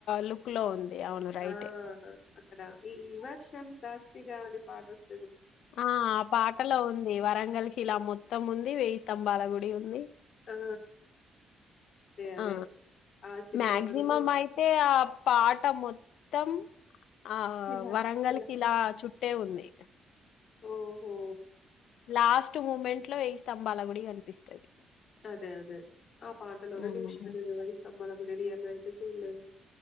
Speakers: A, on the left; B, on the left.
A: లుక్ లో ఉంది అవును రైటే.
B: ఆహా అద ఈ వర్షం సాక్షిగా అని పాట వస్
A: ఆ ఆ పాటలో ఉంది వరంగల్ కిలా మొ త్తం ఉంది వెయ్యిస్తంభాల గుడి ఉంది
B: ఆ! అదే. అదే.
A: ఆ
B: ఆ సినిమాలోనే
A: మ్యాక్సిమం
B: చూసి
A: అయితే ఆ పాట మొత్తం ఆ
B: ఇలా
A: వరంగల్
B: ఇలా
A: కిలా చు అట్టే ఉంది
B: ఓహో
A: లాస్ట్ మూమెంట్ ఇట్ లో వెయి స్తంభాల గుడి కనిపిస్తది
B: అదే అదే ఆ పాటలోనే
A: హ్మ్.
B: చూసిన నేను వేయిస్తంభాల గుడిని రియల్గా చూలేదు